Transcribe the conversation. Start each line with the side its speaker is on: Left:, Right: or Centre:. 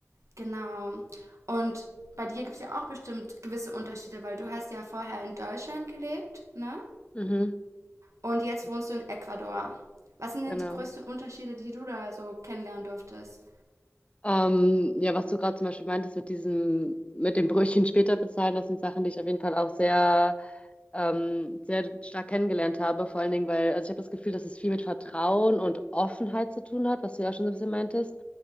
Right: Genau. Und bei dir gibt es ja auch bestimmt gewisse Unterschiede, weil du hast ja vorher in Deutschland gelebt, ne?
Left: Mhm.
Right: Und jetzt
Left: Richtig.
Right: wohnst du in Ecuador. Was sind denn
Left: Genau.
Right: die größten Unterschiede, die du da so kennenlernen durftest?
Left: Ähm, ja, was du gerade zum Beispiel meintest mit diesem, mit dem Brötchen später bezahlen, das sind Sachen, die ich auf jeden Fall auch sehr, ähm, sehr stark kennengelernt habe. Vor allen Dingen, weil, also ich habe das Gefühl, dass es viel mit Vertrauen und Offenheit zu tun hat, was du ja auch schon so ein bisschen meintest.